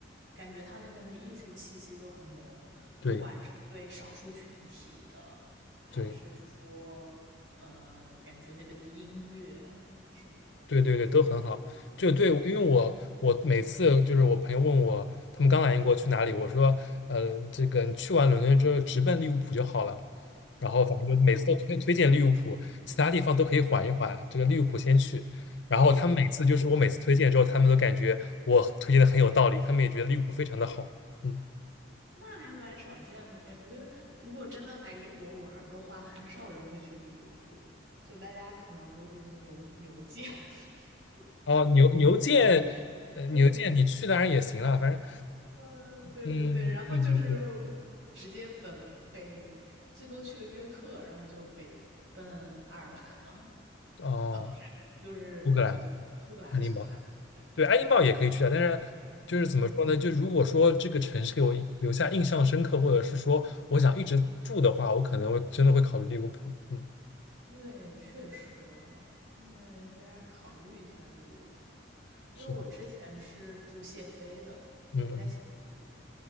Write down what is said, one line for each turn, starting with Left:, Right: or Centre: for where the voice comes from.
Right: 感觉他那边的艺术气息就很浓，
Left: 对
Right: 对少数群体的，还是说，
Left: 对。
Right: 呃，感觉那边的音乐什么的，
Left: 对对对，都很好。就对，
Right: 我们
Left: 因为我我每次就是我朋友问我，他们刚来英国去哪里，我说，呃，这个你去完伦敦之后直奔利物浦就好了。然后反正就每次都推推荐利物浦，其他地方都可以缓一缓，这个利物浦先去。然后他们每次就是我每次推荐之后，
Right: 真的也
Left: 他们都感觉我推荐的很有道理，他们也觉得利物浦非常的好。嗯，
Right: 那还蛮少见的，感觉如果真的来英国玩儿的话，很少人会去利物浦，就大家可能就是牛牛街，<laughs>
Left: 哦，牛牛剑，呃，
Right: 对，
Left: 牛剑你去当然也行了，反正，
Right: 嗯，对对对，
Left: 嗯，
Right: 然后就是
Left: 对对对，
Right: 直接本北，最多去个约克，然后就北奔爱尔兰了，
Left: 哦，
Right: 啊，不是，就是就苏格兰，
Left: 苏格兰，爱丁堡。
Right: 苏格兰，对对对，
Left: 对，爱丁堡也可以去啊，但是就是怎么说呢？
Right: 嗯。
Left: 就如果说这个城市给我留下印象深刻，或者是说我想一直住的话，我可能会真的会考虑利物浦。嗯，
Right: 对，确实，那应该考虑一下利物浦，因为我之前是住谢菲的，
Left: 是的，
Right: 我是在谢菲读的。
Left: 嗯